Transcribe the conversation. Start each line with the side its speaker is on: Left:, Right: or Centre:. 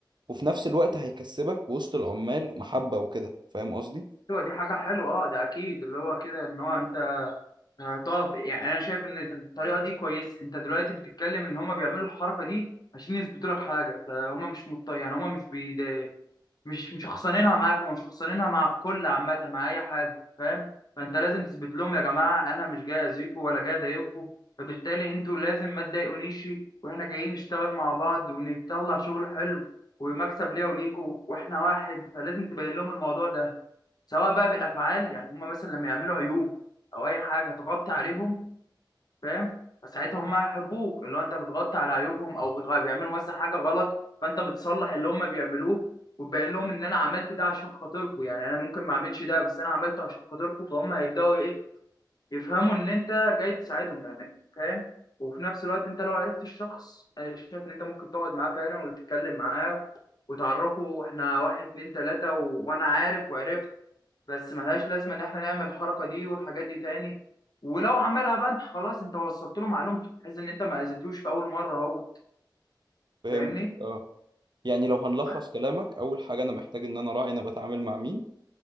Right: وفي نفس الوقت هيكسبك وسط العمال محبة وكده فاهم قصدي
Left: ايوه دي حاجه حلوه اه ده اكيد اللي هو كده ان هو انت هتقف يعني انا شايف ان الطريقه دي كويسه انت دلوقتي بتتكلم ان هما بيعملوا الحركه دي عشان يثبتوا لك حاجه فهم مش مضطر يعني هما مش بيضايقوا مش مشخصنينها معاك ومشخصنينها مع الكل عامة مع أي حد فاهم فأنت لازم تثبت لهم يا جماعة أنا مش جاي أذيكم ولا جاي أضايقكم فبالتالي أنتوا لازم ما تضايقونيش وإحنا جايين نشتغل مع بعض ونطلع شغل حلو ومكسب ليا وليكوا وإحنا واحد فلازم تبين لهم الموضوع ده سواء بقى بالأفعال يعني هما مثلا لما يعملوا عيوب أو أي حاجة تغطي عليهم فاهم فساعتها هم هيحبوك اللي هو انت بتغطي على عيوبهم او بتغ- بيعملوا مثلا حاجه غلط فانت بتصلح اللي هم بيعملوه وتبين لهم ان انا عملت ده عشان خاطركم يعني انا ممكن ما اعملش ده بس انا عملته عشان خاطركم فهم هيبداوا ايه يفهموا ان انت جاي تساعدهم يعني فاهم وفي نفس الوقت انت لو عرفت الشخص انا شايف ان انت ممكن تقعد معاه فعلا وتتكلم معاه وتعرفه احنا واحد اتنين تلاته و... وانا عارف وعرفت بس ملهاش لازمه ان احنا نعمل الحركه دي والحاجات دي تاني ولو عملها بقى انت خلاص انت وصلت له معلومته بحيث ان انت ما اذيتوش في اول مره هو
Right: فهمتك
Left: فاهمني
Right: اه يعني لو هنلخص
Left: بس
Right: كلامك اول حاجة انا محتاج ان انا راعي انا بتعامل مع مين